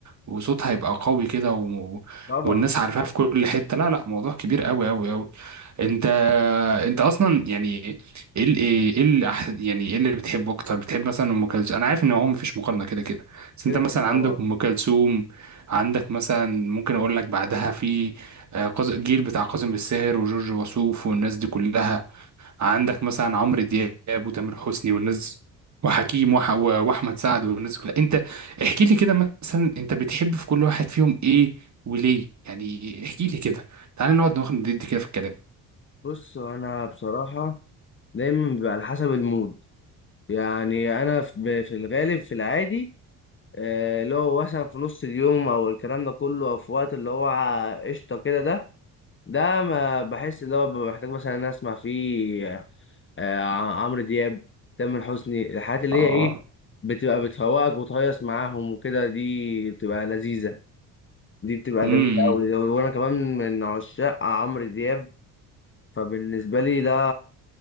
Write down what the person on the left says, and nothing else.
طبعا
كده
كده طبعا
بص انا بصراحه دايما بيبقى على حسب المود يعني انا في في الغالب في العادي آه، اللي هو مثلا في نص اليوم او الكلام ده كله او في وقت اللي هو قشطه كده ده ده ما بحس اللي هو ببقى محتاج مثلا إن أنا اسمع فيه آه، عمرو دياب تامر حسني الحاجات اللي
هي ايه بتبقى بتفوقك وتهيص معاهم وكده دي بتبقى لذيذه دي بتبقى
جميله قوي وانا كمان من عشاق عمرو دياب فبالنسبة لي ده